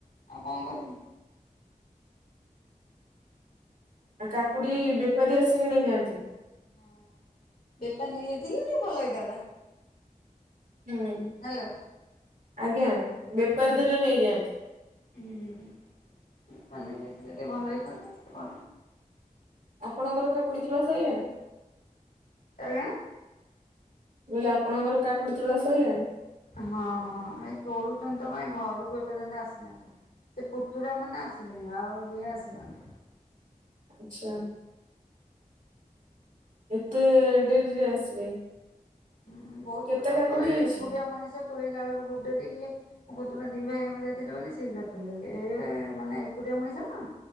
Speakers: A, on the left; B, on the right.
A: ଆଉ କଣ କରିବି
B: ଆ କାକୁଡି ବେପାରୀ ଆସିକି ନେଇଯାଆନ୍ତି।
A: ହଁ। ବେପାରି ନେଇଯାଇଥିଲେ ତ ଭଲ ହେଇଥାନ୍ତା।
B: ହୁଁ,
A: ହ୍ୟାଲୋ
B: ଆଜ୍ଞା, ବେପାରୀ
A: ହୁଁ
B: ଦେଲେ ନେଇଯାଆନ୍ତୁ।
A: ହୁଁ, ପନିର ହେଇଥିଲେ ଟିକେ ଭଲ ହେଇଥାନ୍ତା।
B: ଆପଣଙ୍କର କାକୁଡି ତୋଳା ସଇଲା?
A: ଆଜ୍ଞା।
B: ମୁଁ କହିଲି ଆପଣଙ୍କର କାକୁଡ଼ି ତୋଳା ସୋଇଲାଣି?
A: ହଁ ଏ ତୋଳୁଚନ୍ତିତ କାଇଁ ଘରକୁ ଏପର୍ଯ୍ୟନ୍ତ ଆସିନାହାନ୍ତି। ସେ ପୁତୁରା ମାନେ ଆସିଲେଣିି ଆଉ ଇଏ ଆସିନାହାନ୍ତି।
B: ଆଚ୍ଛା। ଏତେ ଡେରିରେ ଆସିଲେ।
A: ହୁଁ ବହୁତ
B: କେତେ
A: ଭୁଲ
B: କାକୁଡି
A: ତୋଳିବେ
B: ହେଇଛି
A: ଏକୁଟିଆ ମଣିଷ ତୋଳିଲା ବେଳକୁ ବୋହୁତ୍ ଡେରି ହୁଏ। ମୋ ପୁତୁରା ଦି ଭାଇ ଆମର ଯାଇଥିଲେ ବୋଲି ସିଘ୍ର ତୋଳିଦେଲି ଏ ମାନେ ଏକୁଟିଆ ମଣିଷନା